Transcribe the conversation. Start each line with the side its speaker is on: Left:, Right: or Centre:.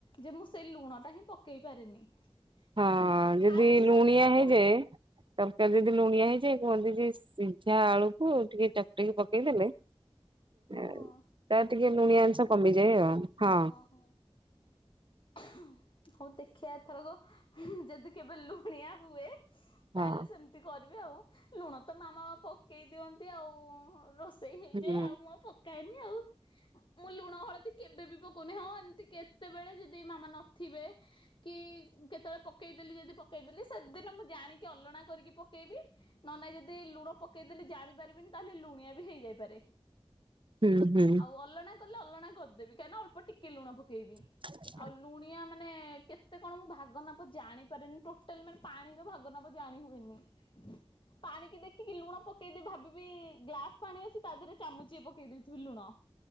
Left: ଯେ ମୁଁ ସେଇ ଲୁଣ ଟା ହିଁ ପକେଇ ପାରେନି।
Right: ହଁ
Left: ମୁଁ
Right: ଯଦି
Left: ଆଜି
Right: ଲୁଣିଆ
Left: ପର୍ଯ୍ୟନ୍ତ
Right: ହେଇଯାଏ।
Left: ଟୋ
Right: ତରକାରୀ ଯଦି ଲୁଣିଆ ହେଇଯାଏ କୁହନ୍ତି ଯେ ସିଝା ଆଳୁକୁ ଟିକେ ଚକଟିକି ପକେଇଦେଲେ
Left: <inaudible>
Right: <inaudible>
Left: ହଁ
Right: ତା ଟିକେ ଲୁଣିଆ ଆଂଷ କମିଯାଏ ଆଉ। ହଁ
Left: ଅହୋ <unintelligible> ହଉ ଦେଖିଆ ଏଥରକ ଯଦି କେବେ ଲୁଣିଆ ହୁଏ ତାଏଲେ
Right: ହଁ
Left: ସେମିତି କରିବି ଆଉ ଲୁଣ ତ ମାମା ପକେଇ ଦିଅନ୍ତି ଆଉ ରୋଷ୍ ସେଇ ହେଇଯାଏ
Right: ହୁଁ
Left: ଆଉ ମୁଁ ଆଉ ପ କାଏନି ଆଉ ମୁଁ ଲୁଣ ହଳଦୀ କେବେ ବି ପକଉନି ହଁ ଏମିତି କେତେବେଳେ ଯ ତି ମାମା ନ ଥିବେ। କି କେତେଏଳେ ପକେଇଦେଲି ଯଦି ପକେଇଦେଲି ସେଦିନ ମୁଁ ଜାଣିକି ଅଲଣା କରିକି ପକେଇବି। ନ ନାଇ ଯଦି ଲୁଣ ପକେଇଦେଲି ଜାଣିପାରିବିନି ତାହେଲେ ଲୁଣିଆ ବି ହେଇଯାଇପାରେ।
Right: ହୁଁ ହୁଁ
Left: ଆଉ ଅଲଣା କଲେ ଅଲଣା କଦେବି କାଇଁନା ଅଳ୍ପ ଟିକେ ଲୁଣ ପକେଇବି।
Right: <inaudible>
Left: ଆଉ ଲୁଣିଆ ମାନେ କେତେ କଣ ମୁଁ ଭାଗ ମାପ ଜାଣିପାରେନି ଟୋଟାଲ୍ ମାନେ ପାଣିର ଭାଗ୍ ନାପା ଜାଣି ହୁଏନି। ପାଣିକି ଦେଖିକି ଲୁଣ ପକେଇଦେ ଭାବିବି ଗ୍ଲାସ ପାଣି ଅଛି ତା ଧିଏରେ ଚାମୁଚି ପକେଇ ଦେଇଥିବି ଲୁଣ।